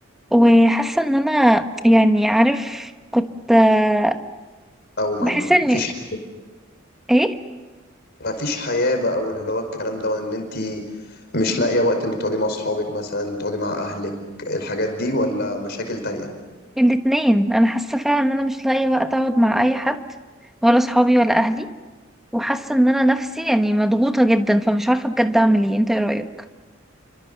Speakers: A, in the centre; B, on the left (about 55°).
A: وحاسه ان انا يعني عارف كنت آه،
B: او ما
A: بحس اني
B: فيش
A: ايه
B: ما فيش حياة بقى واللي هو الكلام ده وان انت مش لاقية وقت انك تقعدي مع اصحابك مثلا تقعدي مع اهلك الحاجات دي ولا مشاكل تانية
A: الاتنين انا حاسه فعلا ان انا مش لاقي وقت اقعد مع اي حد ولا صحابي ولا اهلي وحاسه ان انا نفسي يعني مضغوطه جدا فمش عارفه بجد اعمل ايه انت ايه رايك